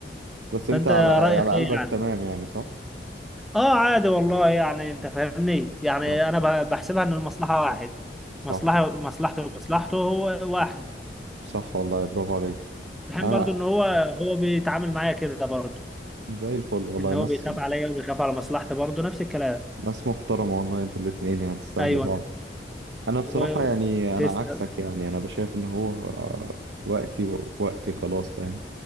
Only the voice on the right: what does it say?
بس انت
على
على
قلبك
تمام يعني صح؟
صح
صح
صح والله برافو عليك
انا
زي الفل والله
ناس
ناس محترمة والله انتوا الاتنين يعني تستاهلوا
بعض
انا بصراحة
يعني انا عكسك يعني انا بشايف ان هو آه، وقتي و- وقتي خلاص فاهم